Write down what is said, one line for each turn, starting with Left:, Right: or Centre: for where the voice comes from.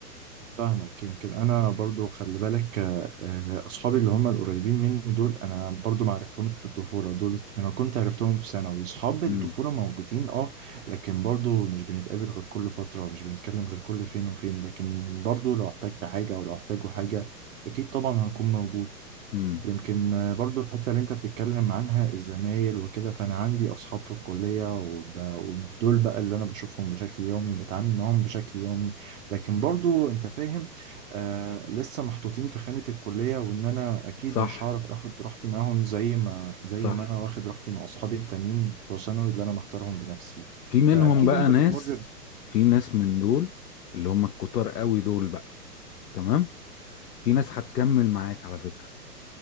Right: فاهمك يمكن انا برضو خلي بالك آه، آه، اصحابي اللي هم القريبين مني دول انا برضو ما عرفتهم في الطفوله دول انا كنت عرفتهم في ثانوي اصحاب الطفوله
Left: امم
Right: موجودين اه لكن برضو مش بنتقابل غير كل فتره مش بنتكلم غير كل فين وفين لكن برضو لو احتجت حاجه او لو احتاجوا حاجه اكيد طبعا هكون موجود
Left: امم
Right: يمكن آه، برضو الحتة اللي انت بتتكلم عنها الزمايل وكده فانا عندي اصحاب في الكلية وب- ودول بقى اللي انا بشوفهم بشكل يومي بتعامل معاهم بشكل يومي لكن برضو انت فاهم آه لسه محطوطين في خانة الكلية وان انا اكيد
Left: صح
Right: مش هعرف اخد راحتي معاهم زي ما زي
Left: صح
Right: ما انا واخد راحتي مع اصحابي التانيين بتوع ثانوي اللي انا مختارهم بنفسي
Left: في منهم
Right: فاكيد
Left: بقى
Right: انت
Left: ناس
Right: بتمر ب...
Left: في ناس من دول اللي هم الكتار قوي دول بقى تمام في ناس هتكمل معاك على فكرة